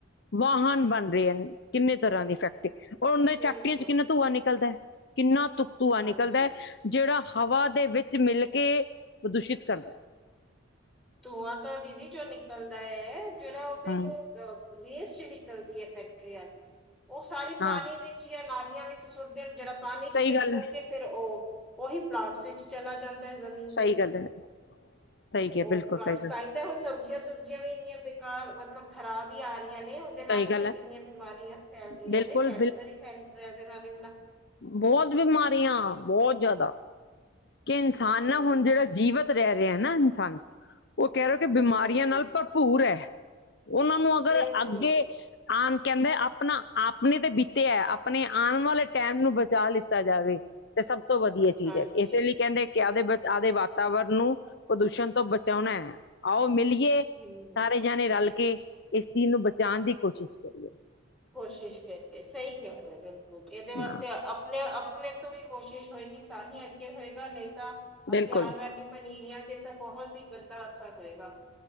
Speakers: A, on the left; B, in the centre.
A: ਵਾਹਨ ਬਣ ਰਹੇ ਨੇ, ਕਿੰਨੇ ਤਰ੍ਹਾਂ ਦੀ ਫੈਕਟਰੀ। ਹੁਣ ਉਹਨਾਂ
B: ਬਿਲਕੁਲ
A: ਫੈਕਟਰੀਆਂ 'ਚ ਕਿੰਨਾ ਧੂੰਆ ਨਿਕਲਦਾ, ਕਿੰਨਾ ਧੂ ਧੂੰਆ
B: ਹਾਂਜੀ
A: ਨਿਕਲਦਾ। ਜੇੜਾ ਹਵਾ ਦੇ ਵਿੱਚ ਮਿਲ ਕੇ, ਪ੍ਰਦੂਸ਼ਿਤ ਕਰਦਾ।
B: ਧੂੰਆਂ ਤਾਂ ਦੀਦੀ ਜੋ ਨਿਕਲਦਾ ਹੈ, ਜੇੜਾ ਉਹਦੇ
A: ਹੂੰ
B: ਤੋ ਅ ਵੇਸਟ ਨਿਕਲਦੀ ਐ ਫੈਕਟਰੀਆਂ ਦੀ, ਉਹ ਸਾਰੀ ਪਾਣੀ
A: ਹਾਂ
B: ਵਿੱਚ, ਯਾ ਨਾਲੀਆਂ ਵਿੱ 'ਚ ਸੁੱਟਦੇਣ ਜੇੜਾ ਪਾਣੀ
A: ਸਹੀ
B: 'ਚ ਮਿਕਸ
A: ਗੱਲ
B: ਹੋ
A: ਹੈ
B: ਕੇ ਫੇਰ ਓ ਉਹੀ ਪਲਾਂਟਸ ਵਿੱਚ ਚਲਾ ਜਾਂਦ ਦੇ ਜ਼ਮੀਨ ਦੇ
A: ਸਹੀ
B: ਥਰੂ।
A: ਗੱਲ ਹੈ ਸਹੀ
B: ਤੇ
A: ਕਿਹਾ
B: ਓ
A: ਬਿਲਕੁਲ ਸਹੀ ਗੱਲ
B: ਇਕ ਤਾਂ ਹੁਣ ਸਬਜ਼ੀਆਂ-ਸੁਬਜ਼ੀਆਂ ਵੀ ਇੰਨੀਆਂ ਬੇਕਾਰ, ਮਤਲਬ ਖ਼ਰਾਬ ਈ ਆ ਰਹੀਆਂ ਨੇ। ਏਦੇ ਦੇ ਨਾਲ
A: ਸਹੀ
B: ਵੀ
A: ਗੱਲ
B: ਤਾਂ
A: ਹੈ
B: ਕਿੰਨੀਆਂ ਬਿਮਾਰੀਆਂ ਫੈਲ ਰਹੀਆਂ
A: ਬਿਲਕੁਲ
B: ਨੇ। ਕੈਂਸਰ ਹੀ ਫੈਲ ਰਿਹਾ ਇਹਦੇ ਨਾਲ ਇਨਾ।
A: ਬੌਤ ਬਿਮਾਰੀਆਂ ਬੌਤ ਜਾਦਾ, ਕਿ ਇਨਸਾਨ
B: ਹਾਂ
A: ਨਾ ਹੁਣ ਜੇੜਾ ਜੀਵਤ ਜੀਵਿਤ ਰੈ ਰਿਹਾ ਨਾ ਇਨਸਾਨ, ਉਹ ਕੈ ਰਿਹਾ ਕਿ ਬਿਮਾਰੀਆਂ
B: ਹਾਂਜੀ
A: ਨਾਲ ਭਰਪੂਰ ਹੈ। ਉਹਨਾਂ ਨੂੰ ਅਗਰ
B: ਬਿਲਕੁਲ
A: ਅੱਗੇ ਆਣ ਕੈੰਦਾ, ਆਪਣਾ ਆਪਣੇ ਤੇ ਬੀਤੇ ਐ, ਆਪਣੇ ਆਣ ਵਾਲੇ ਟਾਈਮ ਨੂੰ ਬਚਾ ਲਏ ਕੀਤਾ ਜਾਵੇ ਤੇ ਸਭ ਤੋਂ ਵਧੀਆ ਚੀਜ਼
B: ਹਾਂਜੀ
A: ਐ। ਇਸੇ ਲਈ ਕੈੰਦੇ ਕਿ ਆਵਦੇ, ਆਵਦੇ ਵਾਤਾਵਰਨ ਨੂੰ ਪ੍ਰਦੂਸ਼ਣ ਤੋਂ ਬਚੋਣਾ ਹੈ। ਆਓ ਮਿਲੀਏ
B: ਹੇਮੀ ਹੋਰ
A: ਜਾਨੇ ਰਲ ਕੇ ਸੀ ਨੂੰ ਬਚਾਨ ਦੀ ਕੋਸ਼ਿਸ਼ ਕਰੀਏ।
B: ਕੋਸ਼ਿਸ਼ ਕਰੀਏ, ਸਹੀ ਕਿਆ ਬਿਲਕੁਲ। ਏਹਦੇ ਵਾਸਤੇ
A: ਹਾਂ
B: ਆਪਣਾ ਅਪ ਆਪਣੇ ਤੋਂ ਈ ਕੋਸ਼ਿਸ਼ ਹੋਏਗੀ ਤਾਂ ਹੀ ਅੱਗੇ ਹੋਏਗਾ, ਨਹੀਂ ਤਾਂ
A: ਬਿਲਕੁਲ
B: ਅੱਗੇ ਆਣ ਵਾਲੀ ਪਨੀਰੀਆਂ ਤੇ ਬਹੁਤ ਹੀ ਗੰਦਾ ਅਸਰ ਹੋਏਗਾ।